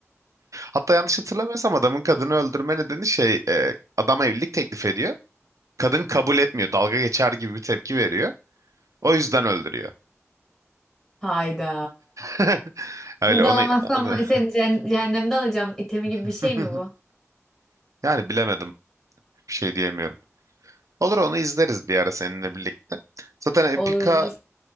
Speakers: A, on the right; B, in the centre.
A: Hatta yanlış hatırlamıyorsam adamın kadını öldürme nedeni şey e, adam evlilik teklif ediyor. Kadın kabul etmiyor. Dalga geçer gibi bir tepki veriyor. O yüzden öldürüyor.
B: Hayda.
A: <laughs> Öyle
B: Burada
A: onu,
B: alamazsam
A: onu...
B: seni ceh- cehennemde alacağım. İtemi gibi
A: <laughs>
B: bir şey mi bu?
A: yani bilemedim. Bir şey diyemiyorum. Olur onu izleriz bir ara seninle birlikte. Zaten Epica
B: Olur olur.